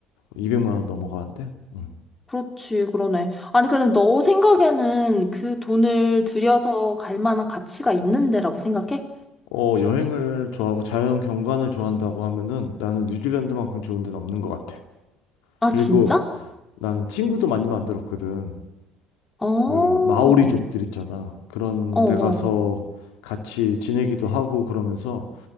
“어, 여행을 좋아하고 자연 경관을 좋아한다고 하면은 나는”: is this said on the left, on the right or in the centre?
Left